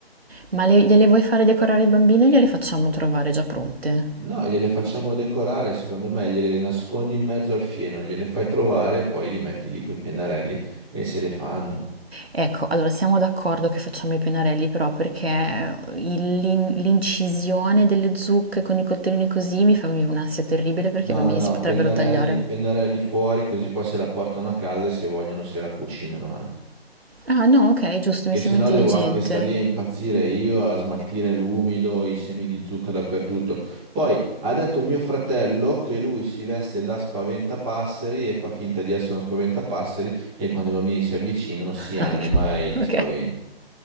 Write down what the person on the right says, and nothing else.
Ma le- gliele vuoi fare decorare il bambino? Gliele facciamo trovare già pronte?
Ecco, allora siamo d'accordo che facciamo i pennarelli però perché eh, il- l'in- l'incisione delle zucche con i coltellini così mi fa venire un'ansia terribile perché
i bambini
si potrebbero
tagliare.
Ah no, ok, giusto,
mi sembra
intelligente.
<laughs> Ok,
ok.